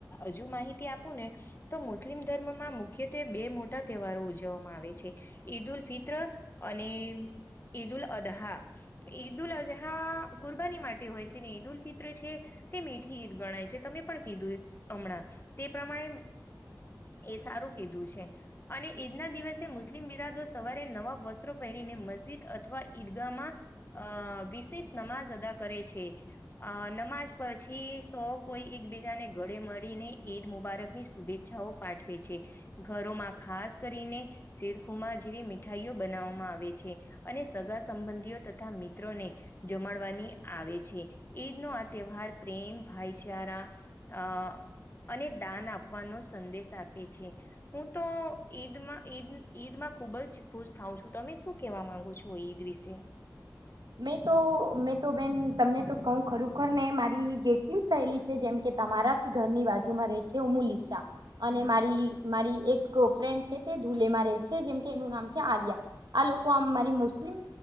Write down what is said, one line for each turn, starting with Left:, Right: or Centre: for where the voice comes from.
Left: હજુ માહિતી આપું ને તો મુસ્લિમ ધર્મમાં મુખ્યત્વે બે મોટા તહેવારો ઉજવવામાં આવે છે, ઈદ ઉલ ફિત્ર અને ઈદ ઉલ અદહા. ઈદ ઉલ અજહા કુરબાની માટે હોય છે ને ઈદ ઉલ ફિત્ર છે તે મીઠી ઈદ ગણાય છે તમે પણ કીધું હમણાં તે પ્રમાણે એ સારું કીધું છે. અને ઈદના દિવસે મુસ્લિમ બિરાદો સવારે નવા વસ્ત્રો પહેરીને મસ્જિદ અથવા ઈદગાહમાં અ વિશેષ નમાજ અદા કરે છે. નમાજ પછી સૌ કોઈ એકબીજાને ગળે મળીને ઈદ મુબારકની શુભેચ્છાઓ પાઠવે છે. ઘરોમાં ખાસ કરીને શેરખુમા જેવી મીઠાઈઓ બનાવવામાં આવે છે. અને સગા સંબંધીઓ તથા મિત્રોને જમાડવાની આવે છે ઈદ નો આ તહેવાર પ્રેમ, ભાઈચારા અ અને દાન આપવાનો સંદેશ આપે છે. હું તો ઈદમાં ઈદ ઈદમાં ખુબ જ ખુશ થાઉં છું. તમે શું કેહેવા માંગો છો ઈદ વિશે?
Right: મેં તો મેં તો બેન તમને તો કઉ ખરેખર ને મારી જેટલી શૈલી છે જેમ કે તમારા જ ઘરની બાજુમાં રહે છે મુલિસા અને
Left: હમ
Right: મારી મારી એક ફ્રેન્ડ છે તે ધૂલેમાં રહે છે જેમ કે એનું નામ છે આલિયા. આ લોકો આ મારી મુસ્લિમ